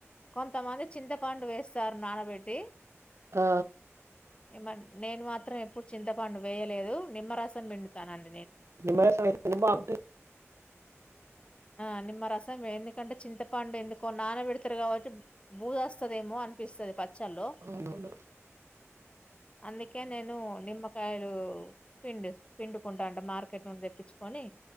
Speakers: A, on the left (about 25°); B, on the right (about 65°).
A: కొంతమంది చింతపండు వేస్తారు నానబెట్టి
B: ఆ
A: ఏమన్ నేను మాత్రం ఎప్పుడు చింతపండు వేయలేదు నిమ్మరసం పిండుతానన్
B: నిమ్మరసం ఏసుకుంటే బాగుంటది
A: ఆ నిమ్మ రసం వే ఎందుకంటే చింతపండు ఎందుకో నానబడతారు కాబట్టి భూజ్ వస్తదేమో అనిపిస్తది ప చ్చలో
B: అవునవును.
A: అందుకే నేను నిమ్మకాయలు పిండి పిండుకుంటా అంటే మార్కెట్ నుండి తెప్పించుకొని